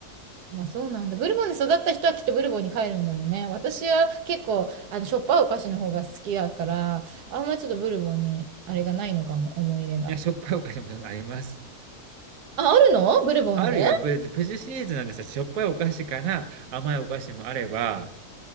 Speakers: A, on the right (about 80°); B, on the right (about 65°).
A: あ、そうなんだ。ブルボンで育った人はきっとブルボンに帰るんだろうね。私は結構、あの、しょっぱいお菓子の方が好きだから、あんまりちょっとブルボンに、あれがないのかも、思い入れが。
B: いや、しょっぱいお菓子もちゃんとあります。
A: あ、あるのブルボンで
B: あるよ、ぶプチシリーズなんでさ、しょっぱいお菓子から甘いお菓子もあれば、